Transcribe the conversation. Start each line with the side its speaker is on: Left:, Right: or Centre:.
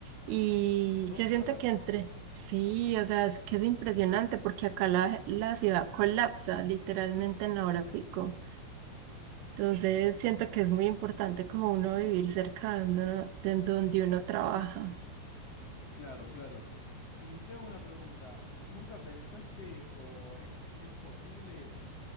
Right: y
Left: ¿Dos
Right: yo siento
Left: horas?
Right: que entre, sí, o sea, es que es impresionante porque acá la, la ciudad colapsa literalmente en la hora pico. Entonces siento que es muy importante como uno vivir cerca de donde uno, de donde uno trabaja.
Left: Claro, claro. Y te hago una pregunta. ¿Nunca pensaste o es, es posible